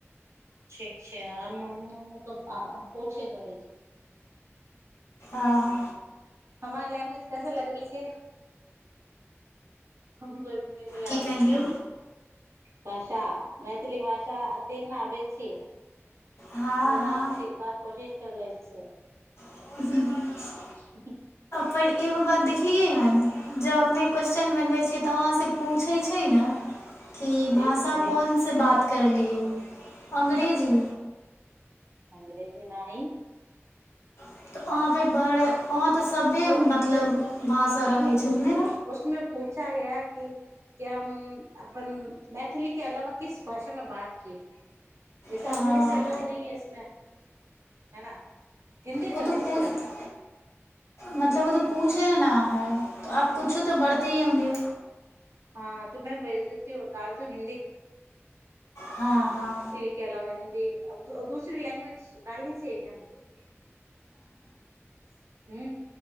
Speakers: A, on the right; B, on the left.
A: छी <unintelligible> पोछे रहय छैय।
B: आ हा
A: हमार लैंग्वेज कैसे लगबय छैय? देने
B: की
A: अबय
B: कहलियै
A: छैय। भाषा मैथिली भाषा अतेक न आबै छी
B: हँ
A: मुदा
B: हँ
A: हम सिखबाक कोशिश कर लै छियै।
B: <unintelligible>
A: हु हु
B: पर एगो बात देखलियै हन जब अपने क्वेशचन बनबै छियै तऽ वहाँसँ पूछै छैय ने। की
A: जी
B: भाषा कौन से बात करलियै अंग्रेजी
A: अंग्रेजी नाही
B: तऽ वहाँपे बरै वहाँ तऽ सभे
A: वो
B: मतलब भाषा
A: उसमे
B: रहै छथिन ने
A: उसमे पूछा गया की की हम अपन मैथिली के अलावा किस भाषा मे बात किये जैसे
B: हँ
A: अंग्रेजी अलाउ नही है इसमे, है न? हिन्दी
B: ओ
A: कर
B: तऽ
A: सकते
B: पूछ
A: है।
B: मतलब ओ त पूछे न है आप कुछो तऽ बरते ही होंगे।
A: हँ त मै भेज देती हूं डालती हूं हिंदी।
B: हँ हँ
A: के अलावा हिन्दी अ दूसरी लैंग्वेज डालनी चाहिए क्या मुझे? हूँ